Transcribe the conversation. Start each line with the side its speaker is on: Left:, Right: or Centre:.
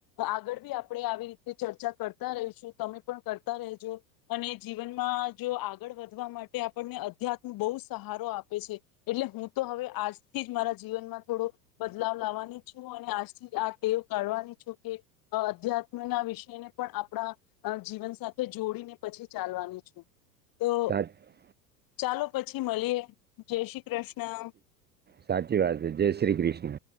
Left: આગળ બી આપણેે આવી રીતે ચર્ચા કરતા રહીશું તમે પણ કરતા રહેજો. અને જીવનમાં જો આગળ વધવા માટે આપણને અધ્યાત્મ બહુ સહારો આપે છે, એટલે હું તો હવે આજથી જ મારા જીવનમાં થોડો બદલાવ લાવવાની છું અને આજથી આ ટેવ કાઢવાની છું કે અ અધ્યાત્મ ના વિષયને પણ આપણા અ જીવન સાથે જોડીને પછી ચાલવાનું છે. તો
Right: સાચી
Left: ચાલો પછી મળીએ જય શ્રી કૃષ્ણ.
Right: સાચી વાત છે જય શ્રી કૃષ્ણ.